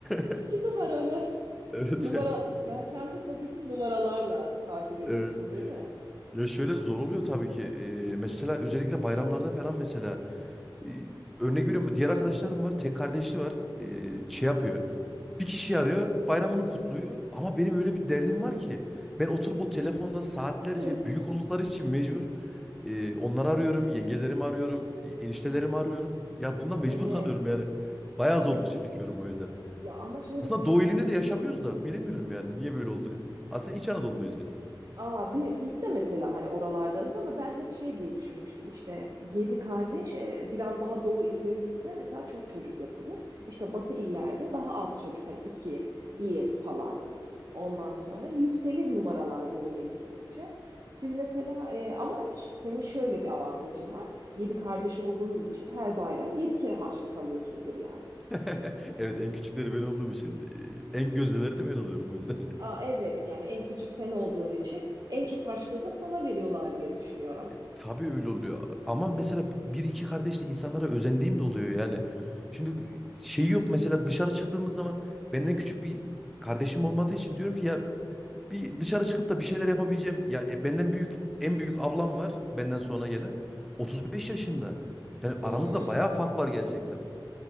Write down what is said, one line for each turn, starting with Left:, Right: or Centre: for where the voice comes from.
Centre: <laughs>
Right: İki numara mı? <laughs>
Centre: Evet.
Right: Numara. Ya sen de tabii ki numaralarla takip ediyorsun,
Centre: Evet.
Right: değil mi?
Centre: Ya şöyle zor oluyor tabii ki. Ee, mesela özellikle bayramlarda falan mesela e, örnek veriyorum diğer arkadaşlarım var. Tek kardeşi var. Ee, şey yapıyor. Bir kişi arıyor, bayramını kutluyor ama benim öyle bir derdim var ki ben oturup o telefonda saatlerce
Right: <laughs>
Centre: büyük oldukları için mecbur e, onları arıyorum, yengelerimi arıyorum, e, eniştelerimi arıyorum. Ya bundan mecbur
Right: Evet.
Centre: kalıyorum yani. Bayağı zorluk çekiyorum o yüzden.
Right: Ya ama şöyle
Centre: Aslında
Right: düşün
Centre: Doğu
Right: mesela.
Centre: ilinde de yaşamıyoruz da bilemiyorum yani niye böyle oldu. Aslında İç Anadolu'luyuz biz.
Right: Aa, bi- biz de mesela hani oralardanız ama ben hep şey diye düşünmüştüm işte yedi kardeş e, biraz daha doğu illerimizde mesela çok çocuk yapılır. İşte batı illerde daha az çocuk hani iki bir falan. Ondan sonra yükselir numaralar doğuya gittikçe. Siz mesela e, ama ş- senin şöyle bir avantajın var. Yedi kardeş olduğunuz için her bayram yedi kere harçlık alıyorsundur yani.
Centre: <laughs> Evet en küçükleri ben olduğum için e, en gözdeleri de ben oluyorum o yüzden. <laughs>
Right: Aa, evet yani en küçük sen olduğun için en çok harçlığı da sana veriyorlar diye düşünüyorum.
Centre: E, Tabii öyle oluyor. Ama mesela bir iki kardeşli insanlara özendiğim de oluyor yani. Şimdi şey yok mesela dışarı çıktığımız zaman benden küçük bir kardeşim olmadığı için diyorum ki ya bir dışarı çıkıp da bir şeyler yapabileceğim. Ya e, benden büyük en büyük ablam var benden sonra gelen 35 yaşında. Yani
Right: Hmm.
Centre: aramızda bayağı fark var gerçekten.